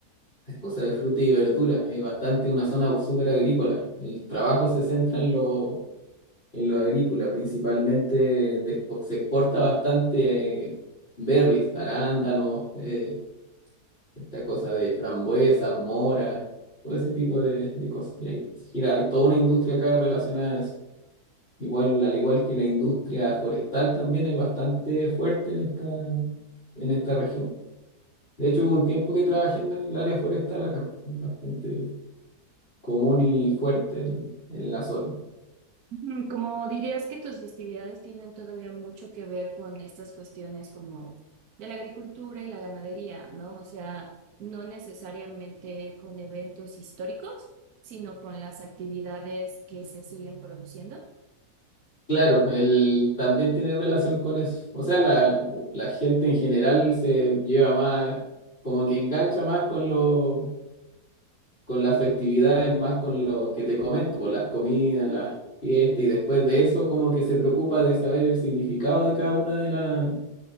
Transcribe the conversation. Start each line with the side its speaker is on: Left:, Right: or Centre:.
Left: Es cosas de fruta y verduras es bastante una zona súper agrícola. El trabajo se centra en lo, en lo agrícola, principalmente de expo- se exporta bastante eh, berries, arándanos, eh, esta cosa de frambuesas, moras, todo ese tipo de, de cosas. Y hay, gira, hay toda una industria acá relacionada a eso. Igual, al igual que la industria forestal también es bastante fuerte en esta, en esta región. De hecho, hubo un tiempo que trabajé en el área forestal acá, bastante. común y fuerte en, en la zona.
Right: Mm, Como dirías que tus festividades tienen todavía mucho que ver con estas cuestiones como de la agricultura y la ganadería, ¿no? O sea, no necesariamente con eventos históricos, sino con las actividades que se siguen produciendo.
Left: Claro, él también tiene relación con eso. O sea, la, la gente en general se lleva más, como que engancha más con lo, con las festividades, más con lo que te comento, por las comidas, las fiestas, y después de eso como que se preocupa de saber el significado de cada una de la